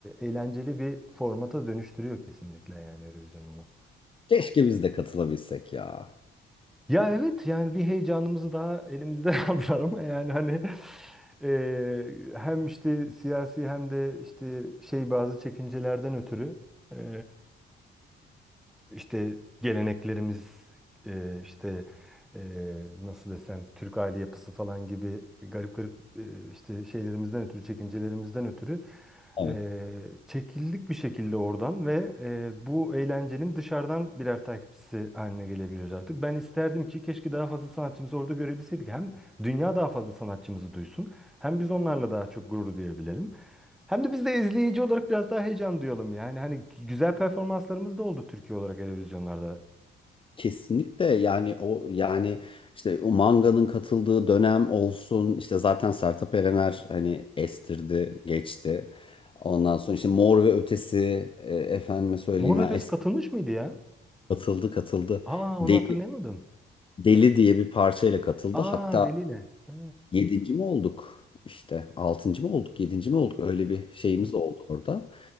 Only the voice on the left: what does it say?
Keşke biz de katılabilsek ya.
Evet.
Kesinlikle yani o yani işte o manganın katıldığı dönem olsun işte zaten Sertab Erener hani estirdi geçti. Ondan sonra işte Mor ve Ötesi e, efendime söyleyeyim
ben
eski
katıldı katıldı.
Deli,
Deli diye bir parçayla katıldı.
Hatta
yedinci mi olduk işte altıncı mı olduk yedinci mi olduk öyle bir şeyimiz oldu orada.